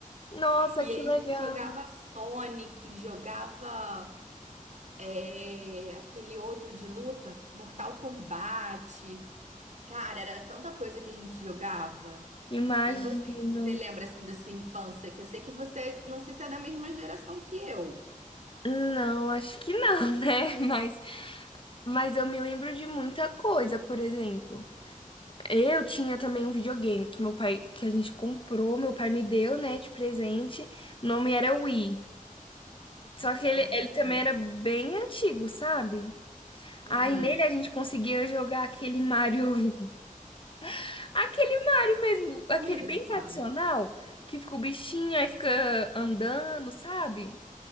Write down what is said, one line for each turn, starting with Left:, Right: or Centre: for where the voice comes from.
Left: Nossa,
Right: E
Left: que
Right: aí
Left: legal.
Right: a gente jogava Sonic, jogava é, aquele outro de luta, Mortal Kombat. Cara, era tanta coisa que a gente jogava.
Left: Imagino.
Right: E você, o que que você lembra assim da sua infância? Que eu sei que você, não sei se é da mesma geração que eu.
Left: Não, acho que não, <laughs> né? Mas, mas eu me lembro de muita coisa, por exemplo. Eu tinha também um videogame que meu pai, que a gente comprou, meu pai me deu, né, de presente. O nome era Wii. Só que ele,
Right: Ah,
Left: ele
Right: conheço.
Left: também era bem antigo, sabe?
Right: Uhum.
Left: Aí nele a gente conseguia jogar aquele Mario, <laughs> aquele Mario mesmo, aquele
Right: Conheço,
Left: bem tradicional,
Right: Mário.
Left: que fica o bichinho aí fica andando, sabe?